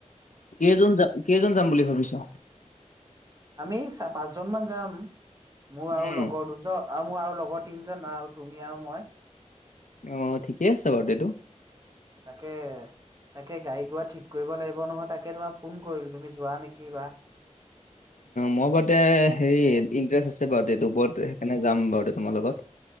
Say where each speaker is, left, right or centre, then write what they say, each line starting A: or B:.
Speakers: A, on the left; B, on the right.
A: কেইজন যা কেইজন যাম বুলি ভাবিছা?
B: আমি পাঁচজন মান যাম মোৰ আৰু
A: উম
B: লগৰ দুজন আৰু মোৰ আৰু লগৰ তিনজন আৰু তুমি আৰু মই
A: অ ঠিকেই আছে বাৰ্থডেটো
B: তাকে তাকে গাড়ী ঘোৱা ঠিক কৰিব লাগিব নহয় তাক তাকে তোমাক ফোন কৰিল তুমি যোৱা নেকি বা
A: মই বাৰ্থডে তো হেৰি ইণ্টাৰেষ্ট আছে বাৰ্থডে তো ওপৰত সেইকাৰণে যাম বাৰু তোমাৰ লগত